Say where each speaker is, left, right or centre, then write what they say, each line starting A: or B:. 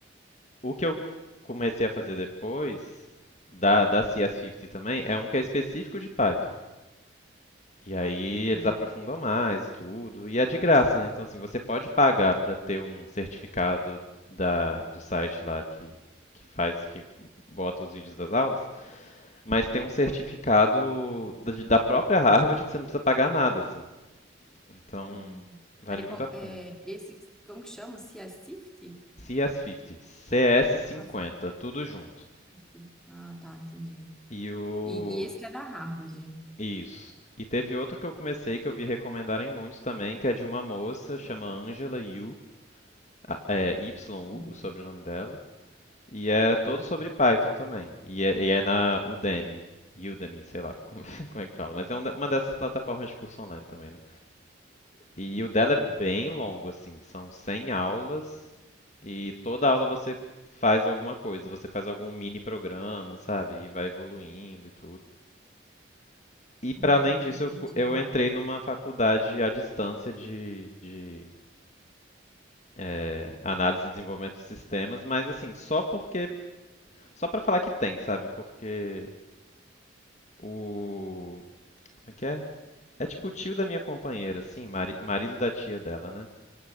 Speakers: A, on the left; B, in the centre.
A: o que eu comecei a fazer depois da, da CS50 também é um que é específico de Python. E aí
B: Hum.
A: eles aprofundam mais e tudo. E é de graça, né? Então, assim, você pode pagar para ter um certificado da, do site lá que, que faz, que bota os vídeos das aulas, mas tem um certificado da, da própria Harvard que você não precisa pagar nada, assim. Então,
B: Hum.
A: vale
B: Peraí,
A: muito
B: com-
A: a pena.
B: é, esse, como que chama? Se é Safety?
A: CS50, CS50,
B: Ah, Safety.
A: tudo junto.
B: Safety. Ah, tá, entendi.
A: E o.
B: E, e esse que é da Harvard.
A: Isso. E teve outro que eu comecei que eu vi recomendarem muitos também, que é de uma moça, chama Angela Yu, a- é YU,
B: Sim.
A: o sobrenome dela. E é todo sobre Python também. E é, e é na Udemy. Udemy, sei lá como, <laughs> como é que fala. Mas é um uma dessas plataformas de curso online também, né? E o dela é bem longo, assim, são 100 aulas e toda aula você faz alguma coisa, você faz algum mini programa, sabe? E vai evoluindo e tudo. E para
B: Hum,
A: além disso, eu,
B: entendi.
A: cu- eu entrei numa faculdade à distância de, de eh, análise e desenvolvimento de sistemas, mas assim, só porque, só para falar que tem, sabe? Porque o, como é que é? É tipo o tio da minha companheira, assim, mari- marido da tia dela, né?